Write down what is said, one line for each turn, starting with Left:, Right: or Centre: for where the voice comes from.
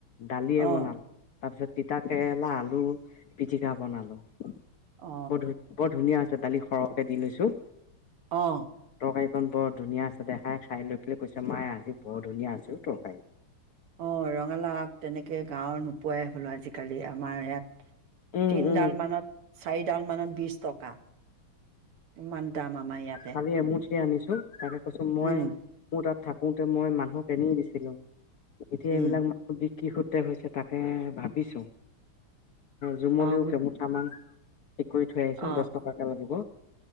Left: দালিয়ে
Right: অ
Left: বনাম। তাৰ পিছত তিতা কেৰেলা, আলু পিটিকা বনালো। বৰ
Right: অ
Left: ধু, বৰ ধুনীয়া হৈছে। তাত দালি সৰহকে দি লৈছো।
Right: অঃ।
Left: তৰকাৰীকন বৰ ধুনীয়া হৈছে।, দেহাই খাই লৈ পেলে কৈছে মায়ে আজি বৰ ধুনীয়া আছে ও তৰকাৰী।
Right: অ ৰঙালাও আগ তেনেকে গাঁওৰ নোপোৱাই হ'লো আজি কালি আমাৰ ইয়াত
Left: উম
Right: তিনডাল
Left: উম
Right: মানত চাৰিডাল মানত বিশ টকা। ইমান দাম আমাৰ ইয়াতে।
Left: কালি এমুঠি আনিছো তাকে মই
Right: উম
Left: মোৰ তাত থাক থাকোতে মই মানুহক এনেয়ে দিছিলো। এতিয়া এইবিলাক
Right: উম
Left: <unintelligible> কি সূত্ৰে হৈছে তাকেহে ভাবিছোঁ। জুমলিও
Right: অ গু
Left: কে মুুঠামান কৰি থৈ আহিছো
Right: অ
Left: দহ টকাকে লাগিব।